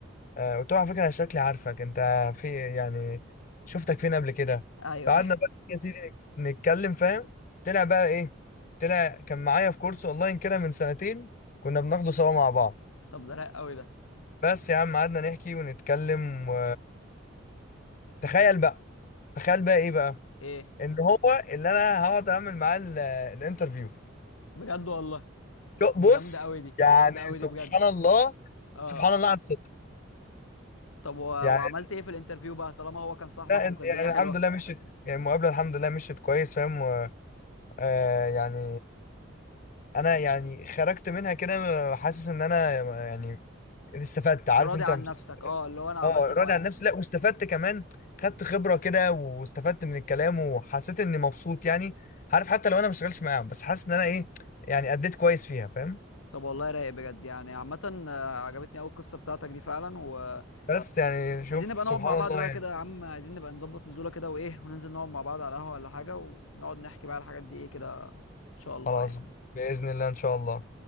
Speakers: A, on the left; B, on the left.
A: آه، قلت له على فكره انا شكلي عارفك انت في يعني شفتك فين قبل كده
B: ايوه
A: فقعدنا بقى يا سيدي نتكلم فاهم طلع بقى ايه طلع كان معايا في كورس اونلاين كده من سنتين كنا بناخده سوا مع بعض
B: <laughs> طب ده رايق قوي ده
A: بس يا عم قعدنا نحكي ونتكلم و... تخيل بقى تخيل بقى ايه بقى
B: ايه
A: ان هو اللي انا هقعد اعمل معاه ال- الانترفيو
B: بجد والله
A: شو-
B: دي
A: بص
B: جامده قوي دي
A: يعني
B: دي جامده قوي
A: سبحان
B: دي بجد
A: الله
B: اه
A: سبحان الله على الصدفه
B: طب و... وعملت
A: يعني
B: ايه في الانترفيو بقى طالما هو كان صاحبك
A: لا
B: وكانت
A: يعني
B: الدنيا حلوه
A: الحمد لله مشيت يعني المقابله الحمد لله مشيت كويس فاهم آه يعني انا يعني خرجت منها كده حاسس ان انا يعني استفدت
B: راضي
A: عارف انت
B: عن
A: لما
B: نفسك
A: تبقى-
B: اه اللي هو انا عملت
A: اه راضي
B: كويس
A: عن نفسي لا واستفدت كمان خدت خبرة كده واستفدت من الكلام وحسيت اني مبسوط يعني عارف حتى لو انا ما بشتغلش معاهم بس حاسس ان انا ايه يعني اديت كويس فيها فاهم
B: طب والله رايق بجد يعني عامة آه، عجبتني قوي القصة بتاعتك دي فعلا وعايزين
A: بس يعني شوف
B: نبقى
A: سبحان
B: نقعد مع بعض
A: الله
B: بقى
A: يعني
B: كده يا عم عايزين نبقى نظبط نزولة كده وايه وننزل نقعد مع بعض على القهوة ولا حاجة ونقعد نحكي بقى على الحاجات دي ايه كده ان شاء الله
A: خلاص
B: يعني
A: بإذن الله ان شاء الله